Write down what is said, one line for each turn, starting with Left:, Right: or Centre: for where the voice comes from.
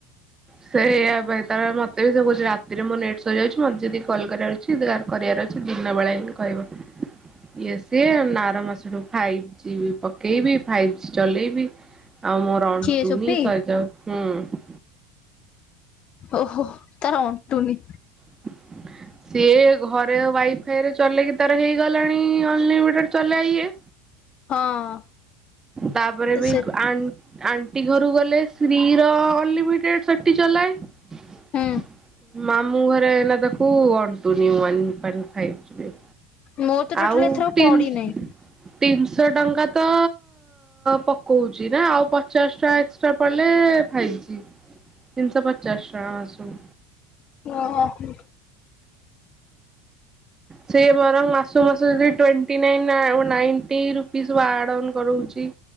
Right: ସେଇୟା ଭାଇଲେ ମତେ ବି ସେ କହୁଛି ରାତିରେ ମୁଁ ନେଟ୍ ସରିଯାଉଛି ମତେ ଯଦି କଲ କରିବାର ଅଛି। ଯାହାର କରିବାର ଅଛି ଦିନବେଳା ହିଁ କରିବ। ଇଏ ସିଏ ଆର ମାସଠୁ ଫାଇଭ ଜି ପକେଇବି ଫାଇଭ ଜି ଚଲେଇବି। ଆଉ ମୋର ଅଣ୍ଟୁନି
Left: କିଏ ସୋପି?
Right: ସରିଯାଉଛି ହୁଁ।
Left: ଓହୋ ତାର ଅଣ୍ଟୁନି।
Right: ହ ସିଏ ଘରେ ୱାଇଫାଇରେ ଚଲେଇକି ତାର ହେଇଗଲାଣି ଅନଲିମିଟେଡ଼ ଚଲେ ଇଏ।
Left: ହଁ
Right: ତାପରେ ବି
Left: ସେ
Right: ଆନ ଆଣ୍ଟି ଘରକୁ ଗଲେ ଫ୍ରିର ଅନଲିମିଟେଡ଼ ସେଠି ଚଲାଏ।
Left: ହୁଁ
Right: ମାମ ମୁଁ ଘରେ ହେଲା ତାକୁ ଅଣ୍ଟୁନି ୱାନ ପଏଣ୍ଟ ଫାଇଭ ଜିବି।
Left: ମୋର ତ ଟୋଟାଲି
Right: ଆଉ
Left: ଏଥରକ
Right: ତିନ
Left: ପଡିନାହିଁ।
Right: ତିନିଶହ ଟଙ୍କା ତ ପକଉଛି ନା ଆଉ ପଚାଶ ଟଙ୍କା ଏକ୍ସଟ୍ରା ପଡ଼ିଲେ ଫାଇବ ଜି। ତିନଶହ ପଚାଶ ଟଙ୍କା ମାସକୁ।
Left: ଓହୋ
Right: ସେ ବରଂ ମାସକୁ ମାସକୁ two twenty nine ninety rupee ସବୁ ଆଡ଼୍ ଅନ୍ କରଉଛି।